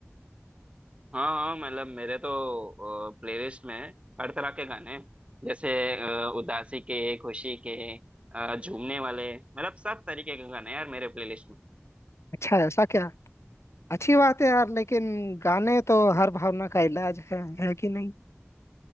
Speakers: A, on the right; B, on the left.
A: हाँ हाँ मतलब मेरे तो प्लेलिस्ट में हर तरह के गाने हैं। जैसे अ, उदासी के खुशी के अ, झूमने वाले मतलब सब तरीके के गाने हैं यार मेरे प्लेलिस्ट में
B: अच्छा ऐसा क्या अच्छी बात है यार लेकिन गाने तो हर भावना का इलाज है है कि नहीं